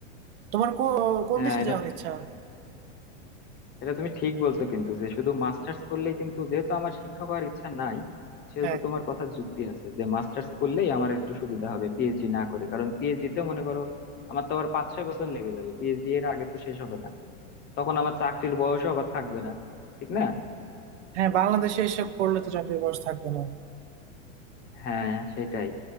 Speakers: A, on the right; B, on the left.
A: তোমার কো- কোন
B: হ্যাঁ
A: দেশে
B: এটা
A: যাওয়ার ইচ্ছা
B: এটা তুমি ঠিক বলছো কিন্তু যে শুধু মাস্টার্স করলেই কিন্তু যেহেতু আমার শিক্ষক হওয়ার ইচ্ছা নাই সেহেতু
A: হ্যাঁ
B: তোমার কথা যুক্তি আছে যে মাস্টার্স করলেই আমার একটু সুবিধা হবে পিএইচডি না করে কারণ পিএইচডি তে মনে করো আমার তো আবার পাঁচ ছয় বছর লেগে যাবে পিএইচডি এর আগে তো শেষ হবে না তখন আমার চাকরির বয়সও আবার থাকবে না ঠিক না
A: হ্যাঁ, বাংলাদেশে এসব করলে তো চাকরির বয়স থাকবে না।
B: হ্যাঁ সেটাই